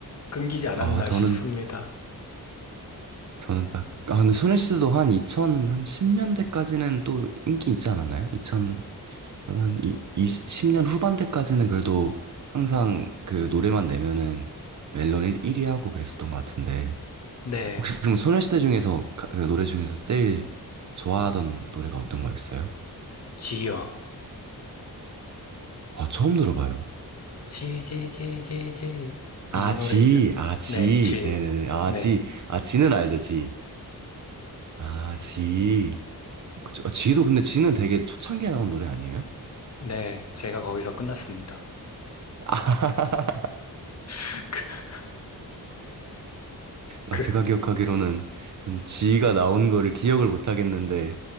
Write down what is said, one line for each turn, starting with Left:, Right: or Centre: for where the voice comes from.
Left: 끊기지 않았나
Right: 아 저는
Left: 싶습니다.
Right: 저는 딱 아, 근데 소녀시대도 한 2000, 한 10년대까지는 또 인기 있지 않았나요? 2000, 그러다 한 20년 후반대까지는 그래도 항상 그 노래만 내면은 멜론 1위 하고 그랬었던 것 같은데.
Left: 네.
Right: 혹시 그럼 소녀시대 중에서 가- 그 노래 중에서 제일 좋아하던 노래가 어떤 거였어요?
Left: 지요.
Right: 아, 처음 들어봐요.
Left: 지, 지, 지, 지, 지. 이
Right: 아,
Left: 노래
Right: 지,
Left: 있잖아.
Right: 아, 지,
Left: 네, 지.
Right: 네네네, 아,
Left: 네,
Right: 지, 아, 지는 알죠, 지. 아, 지. 그쵸. 아, 지도 근데 지는 되게 초창기에 나온 노래 아니에요?
Left: 네. 제가 거기서 끝났습니다.
Right: 어, <laughs>
Left: <laughs> 그,
Right: 아, 제가
Left: 네, 그,
Right: 기억하기로는 전 지가 나온 거를 기억을 못 하겠는데,